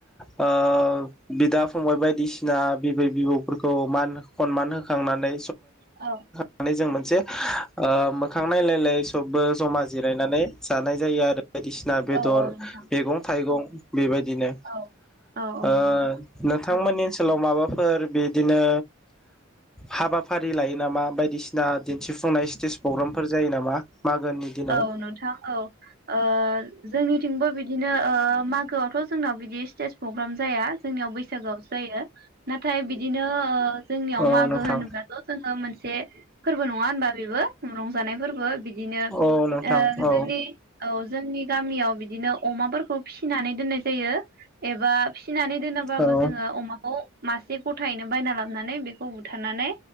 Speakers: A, in the centre; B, on the right.
A: ओ बिदा फंबाय बायदिसिना बिबै बिबौफोरखौ मान खनमान होखांनानै
B: औ
A: <unintelligible> जो ओ खांनायलायलाय सबबो जमा जिरायनानै जानाय जायो आरो। बायदिसिना बेदर
B: औ नोंथां
A: मैगं थाइगं। बेबायदिनो
B: औ औ औ
A: ओ
B: नंगौ
A: नोंथांमोननि ओनसोलाव माबाफोर बिदिनो हाबाफारि लायो नामा बायदिसिना दिन्थिफुंनाय स्टेज प्रग्रामफोर जायो नामा? मागोनि दिनाव
B: औ नोंथां औ ओह जोंनिथिंबो बिदिनो ओ मागोआवथ जोंनाव बिदि स्टेज प्रग्राम जाया जोंनियाव बैसागोआवसो जायो। नाथाय बिदिनो ओ जोंनियाव
A: औ
B: मागो
A: नोंथां
B: होनोब्लाथ जोङो मोनसे फोरबो नङा होनबा बेबो रंजानाय फोरबो बिदिनो।
A: औ नोंथां
B: ओ
A: औ
B: जोंनि औ जोंनि गामियाव बिदिनो अमाफोरखौ फिनानै दोननाय जायो। एबा फिनानै दोनाबाबो
A: औ
B: जोङो अमाखौ मासे गथायैनो बायना लाबोनानै बेखौ बुथारनानै